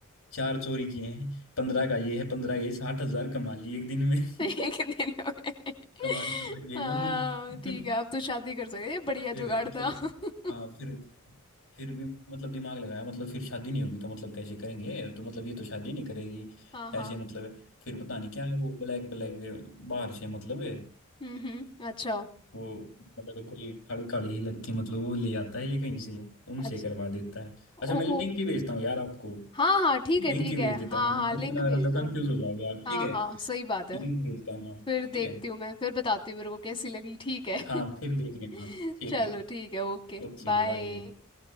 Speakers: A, on the left; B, on the left.
A: चार चोरी किए हैं पंद्रह का ये है पंद्रह ये साठ हजार कमा लिए एक दिन में <laughs>
B: <laughs> एक दिन में
A: कमाने तो लग गए
B: हाँ
A: दोनों <laughs>
B: ठीक है अब तो शादी कर सकते हैं बढ़िया
A: फिर
B: जुगाड़
A: मतलब
B: था
A: हाँ
B: <laughs>
A: फिर फिर भी मतलब दिमाग लगाया मतलब फिर शादी नहीं होगी तो मतलब कैसे करेंगे तो मतलब ये तो शादी नहीं करेगी
B: हाँ हाँ
A: ऐसे मतलब फिर पता नहीं क्या है वो ब्लैक ब्लैक बाहर से मतलब है
B: हम्म हम्म अच्छा
A: वो मतलब कोई काली काली ही लड़की मतलब वो ले आता है ये कहीं से उनसे
B: अच्छा
A: करवा देता है अच्छा
B: ओ
A: मैं लिंक ही भेजता हूँ यार आपको
B: हाँ हाँ ठीक है
A: लिंक
B: ठीक
A: ही भेज
B: है
A: देता
B: हाँ
A: हूँ
B: हाँ
A: आपको
B: लिंक
A: इतना
B: भेज
A: मतलब
B: दो
A: कंफ्यूज हो जाओगे आप
B: हाँ
A: ठीक है
B: हाँ सही बात है
A: लिंक भेजता हूँ आपको
B: फिर
A: ठीक
B: देखती
A: है
B: हूँ मैं फिर बताती हूँ मेरे को कैसी लगी ठीक है
A: हाँ
B: <laughs>
A: फिर देख लेना आप ठीक
B: चलो
A: है
B: ठीक है ओके
A: Okay
B: बाय
A: bye